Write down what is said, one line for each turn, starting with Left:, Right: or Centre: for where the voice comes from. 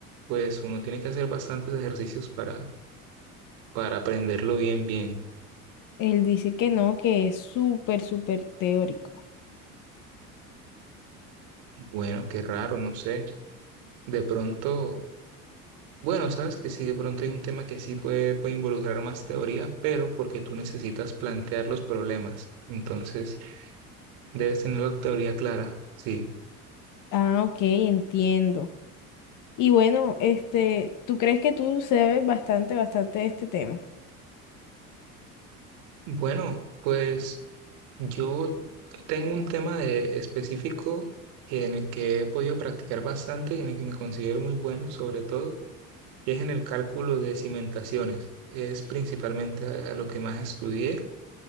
Right: pues uno tiene que hacer bastantes ejercicios para, para aprenderlo bien, bien.
Left: Él dice que no, que es súper, súper teórico.
Right: Bueno, qué raro, no sé. De pronto, bueno, sabes que sí, de pronto hay un tema que sí puede, puede involucrar más teoría, pero porque tú necesitas plantear los problemas. Entonces, debes tener la teoría clara. Sí.
Left: Ah, ok, entiendo. Y bueno, este, ¿tú crees que tú sabes bastante, bastante de este tema?
Right: Bueno, pues... Yo tengo un tema de específico que- en el que he podido practicar bastante y en el que me considero muy bueno, sobre todo, y es en el cálculo de cimentaciones. Es principalmente a a lo que más estudié,